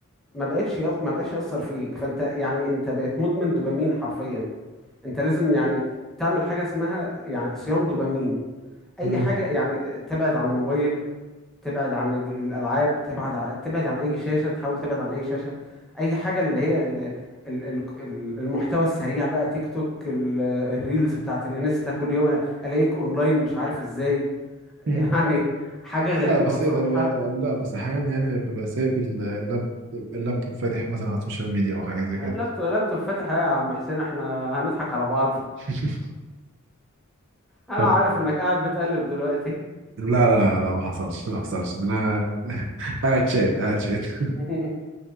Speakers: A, in the centre; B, on the right.
A: ما بقتش يص... ما بقاش يأثر فيك فانت يعني انت بقيت مدمن دوبامين حرفيا انت لازم يعني تعمل حاجة اسمها يعني صيام دوبامين اي
B: مم.
A: حاجة يعني تبعد عن الموبايل تبعد عن الج- الالعاب تبعد ع- تبعد عن اي شاشة تحاول تبعد عن اي شاشة اي حاجة اللي هي ال... ال... ال... ال- المحتوى السريع بقى تيك توك ال... الريلز بتاعت الانستا كل يوم أنا الاقيك اونلاين مش عارف ازاي <laughs> يعني
B: مم.
A: حاجة غريبة
B: لا بس
A: بصراحة
B: إيه ده بقى لا بس أحيانا يعني ببقى سايب ال- اللاب اللابتوب فاتح مثلا على السوشيال ميديا أو حاجة زي كده
A: آه، لابتوب لابتوب فاتح إيه يا عم حسين احنا هنضحك على بعض
B: <laughs>
A: انا
B: طب
A: عارف انك قاعد بتقلب دلوقتي
B: لا لا لا لا ما حصلش ما حصلش ده أنا <laughs> قاعد شات قاعد شات <laughs>
A: <laughs>